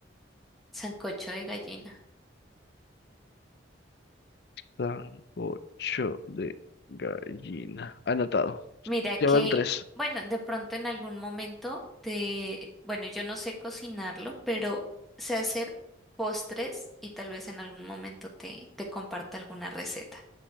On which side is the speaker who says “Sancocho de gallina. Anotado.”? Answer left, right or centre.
Left